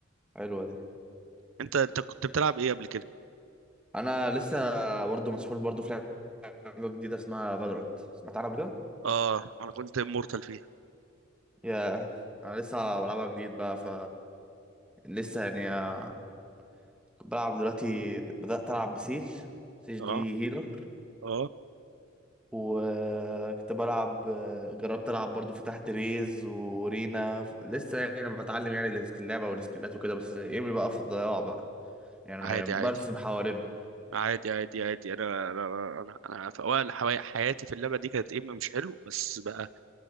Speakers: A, in the centre; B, on the right.
A: حلوه دي
B: انت انت كنت بتلعب ايه قبل كده
A: انا لسه برضو مسحول برضو في لعبة جديدة اسمها فالورانت سمعت عنها قبل كده؟
B: اه انا كنت مورتال فيها
A: يا أنا لسه بلعبها جديد بقى ف لسه يعني آه، بلعب دلوقتي بدأت ألعب بسيج سيج دي
B: اه
A: هيلر
B: اه
A: وكنت بلعب آه، جربت ألعب برضو فتحت ريز ورينا ف- لسه يعني بتعلم يعني السك- اللعبة والسكيلات وكده بس ايمي بقى في الضياع بقى يعني
B: عادي
A: برسم
B: عادي
A: حوالينهم
B: عادي عادي عادي انا انا انا, أنا في اوائل حوا- حياتي في اللعبه دي كانت ايم مش حلو بس بقى